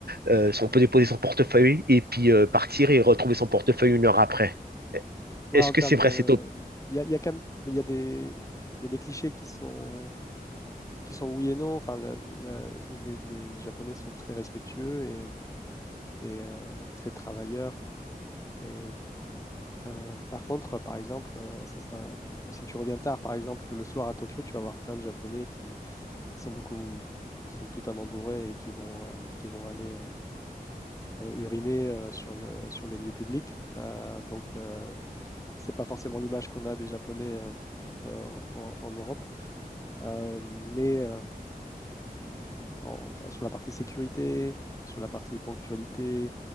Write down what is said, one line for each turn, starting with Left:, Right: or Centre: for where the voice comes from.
Right: euh, si on peut déposer son portefeuille et puis euh, partir et retrouver son portefeuille une heure après.
Left: ouais,
Right: Est-ce
Left: en
Right: que
Left: termes
Right: c'est vrai
Left: de,
Right: cette
Left: il y a, il y a quand même- mais il y a des, il y a des clichés qui sont, qui sont oui et non. Enfin, le- le- les, les- les Japonais sont très respectueux et, et, euh, très travailleurs. Et Euh, par contre, euh, par exemple, euh, ça sera- si tu reviens tard, par exemple, le soir à Tokyo, tu vas avoir plein de Japonais qui, qui sont beaucoup, qui sont totalement bourrés et qui vont, euh, qui vont aller euh, euh, uriner euh, sur le, sur les lieux publics. Euh, donc, euh, c'est pas forcément l'image qu'on a des Japonais euh, euh, en, en Europe. Euh, mais euh, euh, en- en- sur la partie sécurité, sur la partie ponctualité,